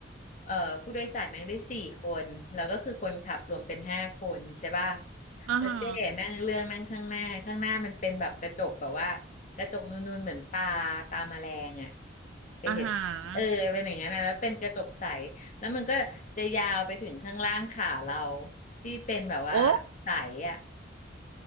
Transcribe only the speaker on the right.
อาฮา
ออาฮะ
โอ้